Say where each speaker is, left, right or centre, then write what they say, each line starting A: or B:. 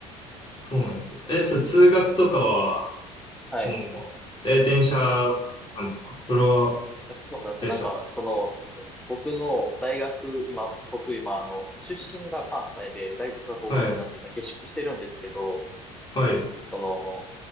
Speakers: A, on the left (about 25°); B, in the centre.
A: そうなんですね。え、そう、通学とかは、
B: はい。
A: もう、え、電車なんですかそれは、
B: そうなんですよ。
A: 電車。
B: なんか、その、ちょっと、僕の大学、今、僕今、あの、出身が関西で、大学が東北なんで、
A: はい。
B: 今、下宿してるんですけど、
A: はい。
B: その、